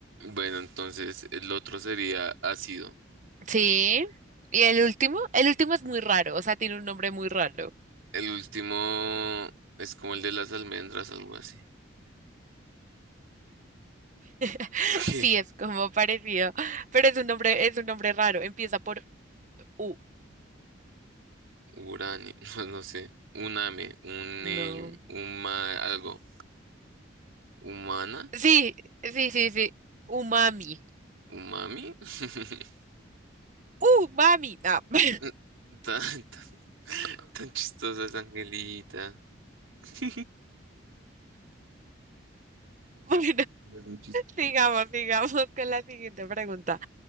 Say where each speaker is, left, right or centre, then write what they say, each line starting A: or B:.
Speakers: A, on the right; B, on the right.
A: bueno, entonces el otro sería ácido.
B: Sí. Y el último, el último es muy raro, o sea, tiene un nombre muy raro.
A: El último es como el de las almendras, algo así.
B: <laughs>
A: <laughs>
B: Sí, es como parecido, pero es un nombre, es un nombre raro. Empieza por U.
A: Uranio, <laughs> no, no sé. Uname, un,
B: No.
A: eh, algo. ¿Humana?
B: Sí, sí, sí, sí. Umami.
A: ¿Umami? <laughs>
B: Umami. No. <laughs>
A: <laughs> Tan, tan, tan chistosa es Angelita. <laughs>
B: Bueno,
A: Es muy chistoso.
B: sigamos, sigamos con la siguiente pregunta.